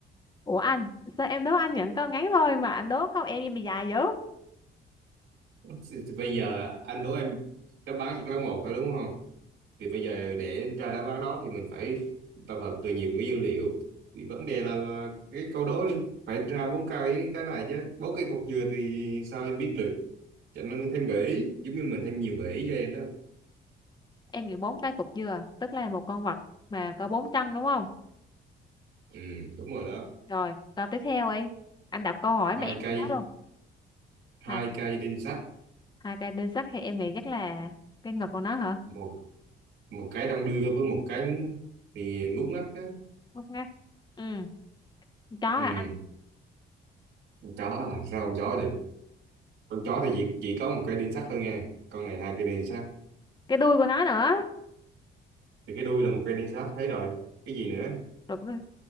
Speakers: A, on the left; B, on the right.
A: ủa anh sao em đố anh nhận câu ngắn thôi mà anh đố câu em em bị dài dữ
B: <laughs> bây giờ anh đố em đáp án chỉ có lấy một thôi đúng không thì bây giờ để ra đáp án đó thì mình phải tập hợp từ nhiều cái dữ liệu thì vấn đề là, là cái câu đố phải ra bốn cái cái này chứ bốn cái cục dừa thì sao em biết được cho nên thêm gợi ý giống như mình thêm nhiều gợi ý cho em đó
A: em nghĩ bốn cái cục dừa tức là một con vật mà có bốn chân đúng không
B: ừ đúng rồi đó
A: Rồi, câu tiếp theo ấy. Anh đọc câu hỏi
B: hai
A: mà em
B: cây
A: nhớ luôn.
B: hai
A: Hai,
B: cây đinh sắt
A: hai cây đinh sắt thì em nghĩ chắc là cái ngực của nó hả?
B: một một cái đong đưa với một cái thì ngút ngắt á
A: Ngốc ngác. Ừ, con chó hả?
B: ừ
A: anh?
B: con chó à sao con chó được con chó thì chỉ, chỉ có một cây đinh sắt thôi nha con này hai cây đinh sắt
A: Cái đuôi của nó nữa.
B: thì cái đuôi là một cây đinh sắt thấy rồi cái gì nữa
A: Rồi, rồi